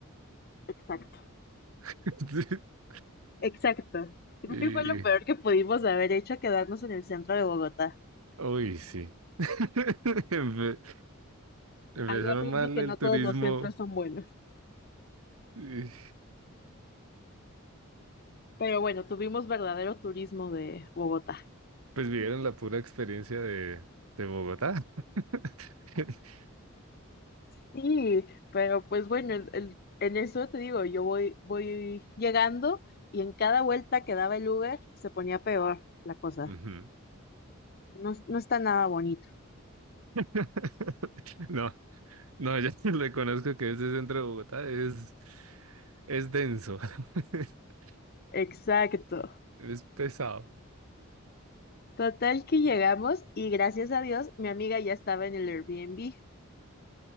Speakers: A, on the left; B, on the right.
A: Exacto,
B: <laughs>
A: exacto. Creo
B: Y-
A: que fue lo peor que pudimos haber hecho, quedarnos en el centro de Bogotá.
B: Uy, sí. <laughs> Empe- empezaron
A: Ahí aprendí
B: mal
A: que
B: el
A: no
B: turismo.
A: todos los centros son buenos.
B: y,
A: Pero bueno, tuvimos verdadero turismo de Bogotá.
B: Pues vivieron la pura experiencia de, de Bogotá. <laughs>
A: Sí, pero pues bueno, el- el- en eso te digo, yo voy, voy llegando y en cada vuelta que daba el Uber se ponía peor la cosa.
B: Ujú.
A: No, no está nada bonito.
B: <laughs> No, no, ya <laughs> reconozco que ese centro de Bogotá es, es denso. <laughs>
A: Exacto.
B: Es pesado.
A: Total que llegamos y gracias a Dios mi amiga ya estaba en el Airbnb,